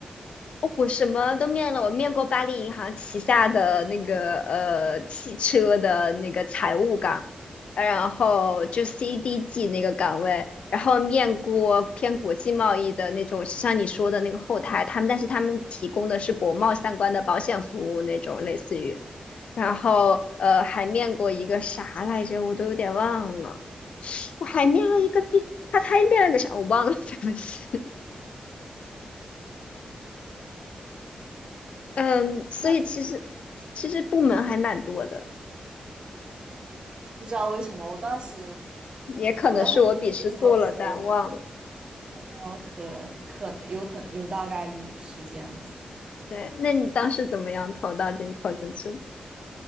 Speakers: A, on the left; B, on the right.
A: 哦我什么都面了，我面过巴黎银行旗下的那个呃汽车的那个财务岗，呃然后就 CDG 那个岗位，然后面过偏国际贸易的那种，像你说的那个后台，他们但是他们提供的是国贸相关的保险服务那种，类似于，然后呃还面过一个啥来着，我都有点忘了，我还面了一个 B，他他面了个啥我忘了，<laughs> 对不起。嗯，所以其实
B: 那
A: 其实部门还蛮多的，
B: 不知道为什么，我当时
A: 也可能是我笔试做了但忘了。
B: 我当时没怎么投，哦，可可有很有大概率是这样子。
A: 对，那你当时怎么样投到进投进去？